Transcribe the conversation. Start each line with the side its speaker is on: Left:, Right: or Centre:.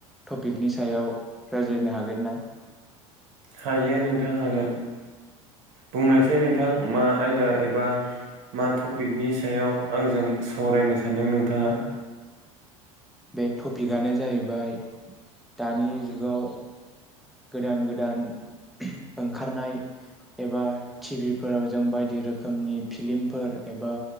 Centre: टपिकनि सायाव रायज्लायनो हागोन ना।
Right: हायो नोंथां हागोन बुंनायसै। जे नोंथां मा आयदा एबा बा मा टपिकनि सायाव आंजों सावरायनो सानदों नोंथाङा?
Centre: बे टपिकआनो जाहैबाय दानि जुगाव गोदान गोदान ओंखारनाय एबा टिभिफोराव जों बायदि रोखोमनि फिल्मफोर एबा